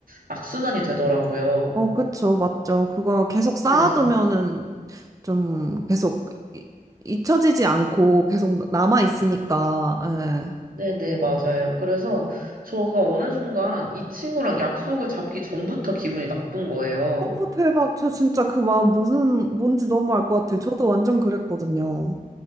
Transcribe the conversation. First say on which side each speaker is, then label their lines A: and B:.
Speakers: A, on the right; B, on the right.
A: 악순환이 되더라고요.
B: 어, 그쵸, 맞죠. 그거 계속 쌓아두면은
A: 네.
B: 좀 계속 이- 잊혀지지 않고 계속 남아 있으니까.
A: 음,
B: 예.
A: 네네, 맞아요. 그래서 저가 어느 순간 이 친구랑 약속을 잡기 전부터 기분이 나쁜 거예요.
B: 어, 대박. 저 진짜 그 마음 무슨 뭔지 너무 알 것 같아요. 저도 완전 그랬거든요.